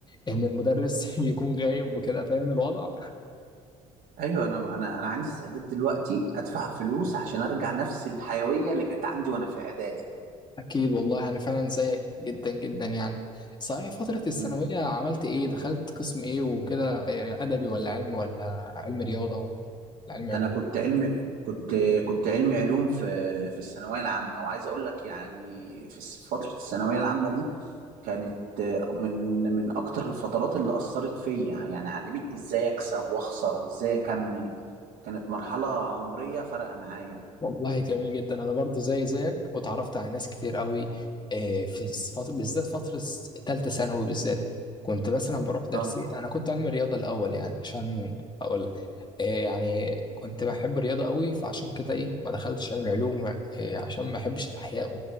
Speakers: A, on the left (about 30°); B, on the right (about 70°).
A: ان المدرس <laughs> يكون غايب وكده فاهم الوضع
B: ايوه انا انا انا عندي استعداد دلوقتي ادفع فلوس عشان ارجع نفس الحيويه اللي كانت عندي وانا في اعدادي
A: اكيد والله انا فعلا زيك جدا جدا يعني صحيح فتره الثانويه
B: مم.
A: عملت ايه دخلت قسم ايه وكده إيه، ادبي ولا علمي ولا علم رياضه ولا علم علوم
B: انا كنت علم كنت كنت علم علوم في في الثانويه العامه وعايز اقول لك يعني في س- فتره الثانويه العامه دي كانت من من اكتر الفترات اللي اثرت فيا يعني علمتني ازاي اكسب واخسر وازاي اكمل كانت مرحله عمريه فارقه معايا
A: والله جميل جدا انا برضو زي زيك واتعرفت على ناس كتير قوي آه، في فترة بالذات فترة تالتة ثانوي بالذات كنت مثلا بروح درسي
B: اه
A: انا كنت علمي رياضة الاول يعني عشان اقول لك آه، يعني كنت بحب الرياضة قوي فعشان كده ايه ما دخلتش علمي علوم آه، عشان ما احبش الاحياء